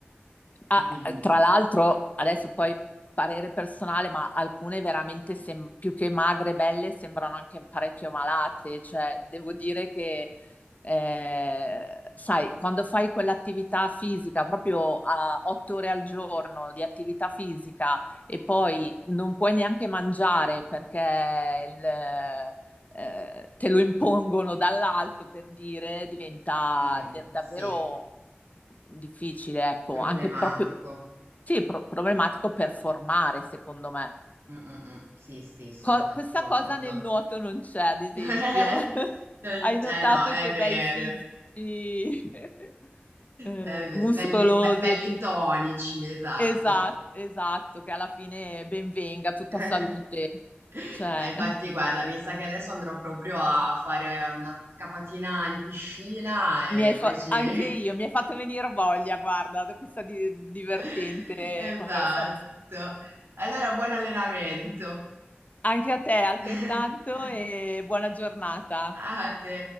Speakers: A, on the left; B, on the right.
A: Ah,
B: Quindi
A: eh, tra l'altro, adesso poi parere personale, ma alcune veramente sem- più che magre e belle sembrano anche parecchio malate. Cioè, devo dire che, eh, sai, quando fai quell'attività fisica, proprio a otto ore al giorno di attività fisica e poi non puoi neanche mangiare perché il, eh, te lo impongono dall'alto per dire, diventa
B: diventa,
A: de- davvero
B: sì.
A: difficile, ecco,
B: Problematico.
A: anche proprio, sì, pro- problematico per formare, secondo me.
B: Mh, mh, mh. Sì, sì, sono
A: Co-
B: d'accordo.
A: questa cosa nel nuoto non c'è, ad esempio.
B: <laughs>
A: <laughs>
B: Non
A: Hai
B: c'è
A: notato
B: no, è
A: che
B: vero.
A: bei fisici <laughs> eh,
B: È ve-
A: muscolosi
B: belli, be- belli
A: e pi-
B: tonici, esatto.
A: Esatto, esatto, che alla fine ben venga, tutta
B: <laughs>
A: salute. Cioè,
B: Ma infatti, guarda, mi sa che adesso andrò proprio a fare una capatina in piscina e
A: mi hai fa-
B: poi ci...
A: anche io, mi hai fatto venire voglia, guarda, da questa di- divertente
B: <laughs> Esatto.
A: conversazione.
B: Allora, buon allenamento.
A: Anche a te, altrettanto,
B: <laughs>
A: e buona giornata.
B: A te.